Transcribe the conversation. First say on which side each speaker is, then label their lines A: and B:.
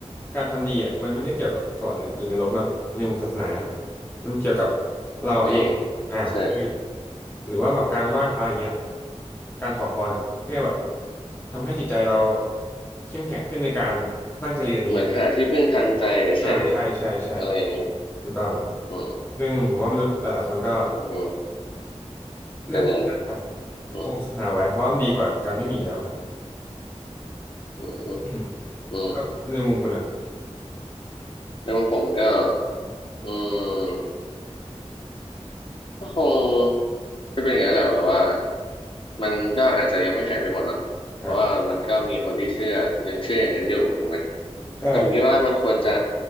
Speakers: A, on the left; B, on the left.
A: การทำดีอ่ะมันไม่ได้เกี่ยวกับสวรรค์หรือนรกเนาะในมุมศาสนามันเกี่ยวกับเราเองอ่าคือ
B: อืมใช่
A: หรือว่าแบบการไหว้พระอย่างเงี้ยการขอพรอ่ะเพื่อแบบทำให้จิตใจเราเข้มแข็งขึ้นในการตั้งใจเรียนอย่างเงี้ย
B: เหมือนหาที่พึ่งทางใจเฉยๆอะไรอย่างเงี้ย
A: อ่าใช่ใช่ใช่ถูกต้อง
B: อืม
A: ซึ่งผมว่ามนุษย์หลายๆคนก็
B: อืม
A: เลือกที่จะ
B: เป็นอย่างนั้นอืม
A: คงศาสนาไว้เพราะว่ามันดีกว่าการไม่มีแล้วครับ
B: อืมอืม
A: อืม
B: อืม
A: แล้วในมุมคุณนะ
B: แล้วงผมก็อืม ก็คงก็เป็นอย่างนั้นแหละแบบว่ามันก็อาจจะยังไม่หายไปหมดเนาะเพราะว่ามันก็มีคนที่เชื่อยังเชื่ออย่างนั้นอยู่ถูกไหม
A: ครับใช่
B: แต่ผมคิดว่ามันควรจะ